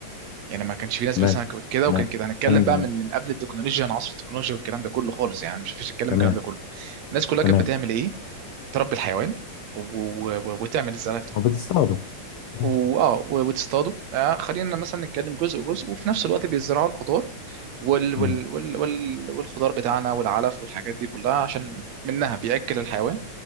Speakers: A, on the right (about 70°); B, on the left (about 85°).
A: يعني ما كانش
B: <laughs>
A: في ناس
B: تمام
A: بس كده
B: تمام
A: وكان كده هنتكلم
B: كان
A: بقى من من قبل التكنولوجيا عن عصر التكنولوجيا والكلام ده كله خالص يعني مش فيش الكلام
B: تمام
A: الكلام ده كله الناس كلها
B: تمام
A: كانت بتعمل ايه تربي الحيوان و... و... و- وتعمل الزرع
B: هو بتستخدم مم.
A: واه و- وتصطادوا آه خلينا مثلا نتكلم جزء جزء وفي نفس الوقت بيزرعوا الخضار وال... وال...
B: مم.
A: وال... وال... والخضار بتاعنا والعلف والحاجات دي كلها عشان منها بيأكل الحيوان